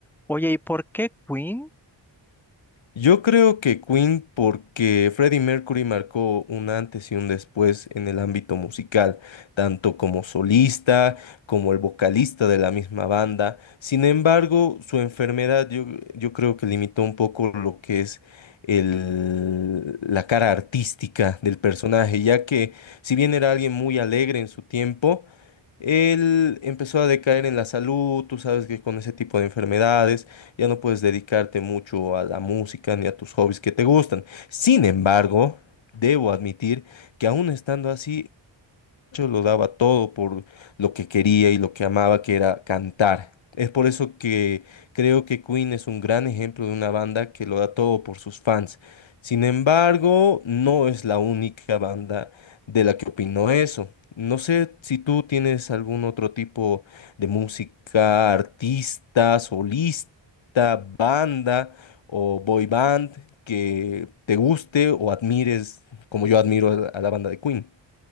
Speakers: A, in the centre; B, on the left.
A: Oye, ¿y por qué Queen?
B: Yo creo que Queen porque Freddie Mercury marcó un antes y un después en el ámbito musical, tanto como solista, como el vocalista de la misma banda. Sin embargo, su enfermedad yo, yo creo que limitó un poco lo que es el- la cara artística del personaje, ya que si bien era alguien muy alegre en su tiempo, él empezó a decaer en la salud, tú sabes que con ese tipo de enfermedades ya no puedes dedicarte mucho a la música ni a tus hobbies que te gustan. Sin embargo, debo admitir que aún estando así, lo daba todo por lo que quería y lo que amaba, que era cantar. Es por eso que creo que Queen es un gran ejemplo de una banda que lo da todo por sus fans. Sin embargo, no es la única banda de la que opino eso. No sé si tú tienes algún otro tipo de música, artista, solista, banda o boy band que te guste o admires como yo admiro a la a la banda de Queen.